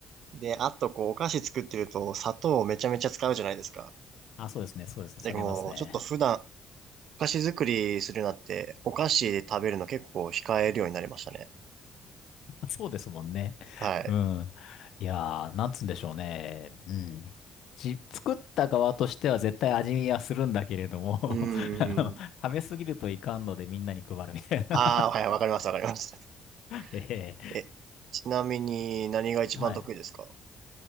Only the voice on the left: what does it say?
あ、そうですね、そうですね、
それますね。
そうですもんね。<laughs>
うん。いやー、なんつうんでしょうね。うん。じ、作った側としては絶対味見はするんだけれども
<laughs> あの食べすぎるといかんのでみんなに配るみたいな。
<laughs>
ええ
はい。